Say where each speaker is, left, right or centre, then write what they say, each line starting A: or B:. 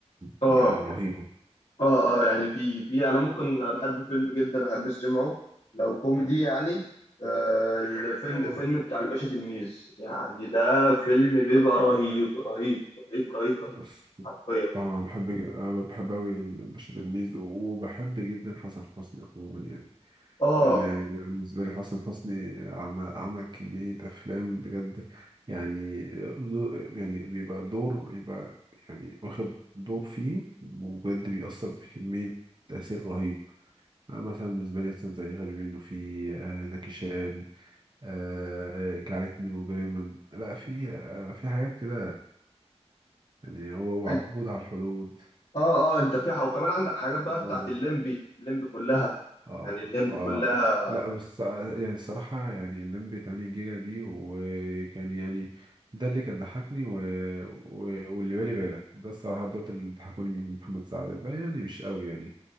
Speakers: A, on the left; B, on the right.
A: اه
B: يعني رهيبة
A: اه اه يعني في في انا ممكن انا بحب فيلم جدا احب استمعه لو كوميدي يعني آه الفيلم
B: مم.
A: فيلم بتاع الباشا تلميذ يعني ده فيلم بيبقى رهيب رهيب رهيب رهيب رهيب
B: بس
A: حرفيا
B: آه، انا بحب انا بحب اوي باشا تلميذ وبحب جدا حسن حسني عموما يعني
A: اه
B: يعني يعني بالنسبه لي حسن حسني عمل, عمل كميه افلام بجد يعني دو- يعني بيبقى دور يبقى يعني واخد دور فيه وبجد بيأثر بكميه تأثير رهيب أنا مثلا بالنسبة لي مثلا زي غبي منه في آه، زكي شان آه، جعلتني مجرما لا في آه، في حاجات كده يعني هو وعبود
A: انت
B: على الحدود
A: اه اه انت في حق وكمان عندك حاجات بقى بتاعت
B: نظر
A: الليمبي الليمبي كلها
B: اه
A: يعني الليمبي
B: اه
A: كلها
B: لا بس آه، يعني الصراحة يعني اللمبي 8 جيجا دي وكان يعني ده اللي كان ضحكني و... و... واللي بالي بالك ده الصراحة دوت اللي ضحكوني من محمد سعد الباقي يعني مش قوي يعني